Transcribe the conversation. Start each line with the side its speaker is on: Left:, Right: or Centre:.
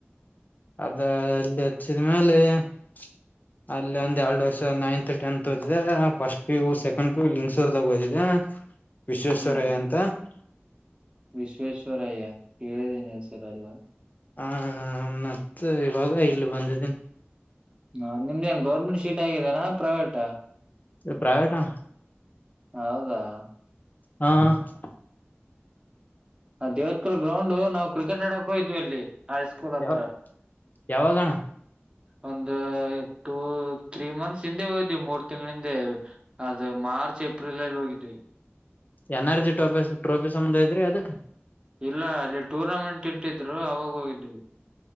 Left: ಅದ ಅಲ್ಲಿ ಹಚ್ಚಿದ್ಮ್ಯಾಲ <unintelligible> ಅಲ್ಲಿ ಒಂದ್ ಎರಡು ವರ್ಷ ನೈನ್ತ್ ಟೆಂತ್ ಓದಿದೆ first PU second P U ಲಿಂಗಸೂರ್ದಾಗ ಓದಿದೆ <unintelligible> ವಿಶ್ವೇಶ್ವರಯ್ಯ
Right: ಹ್ಮ್
Left: ಅಂತ <unintelligible>
Right: ವಿಶ್ವೇಶ್ವರಯ್ಯ ಕೇಳಿದೀನ ಸರ್ ಅಲ್ವಾ
Left: ಹ ಮತ್ ಇವಾಗ ಇಲ್ಲಿ ಬಂದಿದ್ದೀನಿ
Right: ಹ ನಿಮ್ದೇಏನ್ ಗೌರ್ಮೆಂಟ್ ಶೀಟ್ ಆಗಿದ್ದೇಾನ ಪ್ರೈವೇಟ
Left: ಇ ಪ್ರೈವೇಟ್ಾ
Right: ಹೌದಾ <unintelligible>
Left: ಹಾ <unintelligible>
Right: ಅದ ದೇವತ್ಕುರ್ ಗ್ರೌಂಡ್ ನಾವು ಕ್ರಿಕೆಟ್ ಆಡಕ್ ಹೋಯ್ವಿ ಇಲ್ಲಿ <unintelligible> ಫಲತ್ರ
Left: ಯಾವ
Right: <inaudible>
Left: ಯಾವಾಗಣ
Right: ಒಂದ ಟೂ ತ್ರೀ ಮಂತ್ಸ್ ಹಿಂದೆ ಹಯ್ದ್ವಿ ಮೂರ್ ತಿಂಗಳಿಂದೆ <unintelligible> ಅದು ಮಾರ್ಚ್ ಏಪ್ರಿಲ್ ಅಲ್ಲಿ ಹೋಗಿದ್ವಿ <unintelligible>
Left: ಎನರ್ಜಿ ಟ್ರೋಫಿ ಟೋಫಿ ಸಂಬಯ್ರರಿ ಅದಕ್ <unintelligible>
Right: ಇಲ್ಲ ಅಲ್ಲಿ ಟೂರ್ನಮೆಂಟ್ ಇಟ್ಟಿದ್ರು ಅವಾಗ ಹೋಗಿದ್ವಿ <unintelligible>